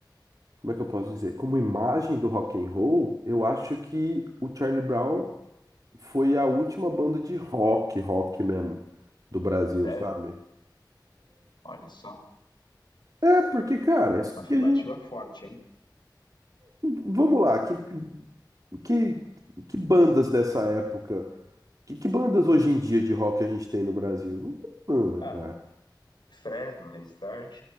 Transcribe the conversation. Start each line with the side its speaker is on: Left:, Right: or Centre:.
Right: como é que eu posso dizer? Como imagem do rock and roll, eu acho que o Charlie Brown foi a última banda de rock, rock mesmo, do Brasil,
Left: Sério.
Right: sabe?
Left: Olha só.
Right: É, porque, cara, isso
Left: Afirmativa
Right: que a gente.
Left: forte, hein?
Right: Vamos lá, que, que, que bandas dessa época? Que, que bandas hoje em dia de rock a gente tem no Brasil? Não tem banda,
Left: Ah,
Right: cara.
Left: Fresno, Restart.